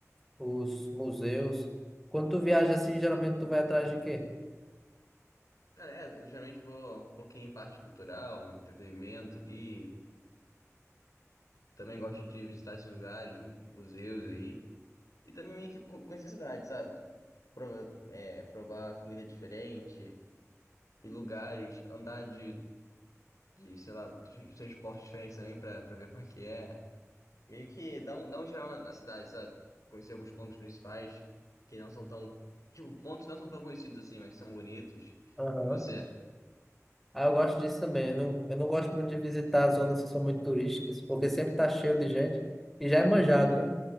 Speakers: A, in the centre; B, on the left (about 85°).
A: os museus. Quando tu viaja assim, geralmente tu vai atrás de quê?
B: Cara, é, eu geralmente vou um pouquinho em parte cultural, um entretenimento ali, Também gosto de visitar esses lugares, museus aí. E também meio que co- conhecer a cidade, sabe? Prova- é, provar comida diferente e lugares, andar de, de, sei lá, de transporte diferente também pra, pra ver como é que é. Meio que dá um, dá um geral na, na cidade, sabe? Conhecer alguns pontos principais que não são tão. Tipo, pontos não são tão conhecidos assim, mas são bonitos.
A: Aham.
B: E você?
A: Ah, eu gosto disso também. Eu não, eu não gosto muito de visitar zonas que são muito turísticas, porque sempre tá cheio de gente e já é manjado, né?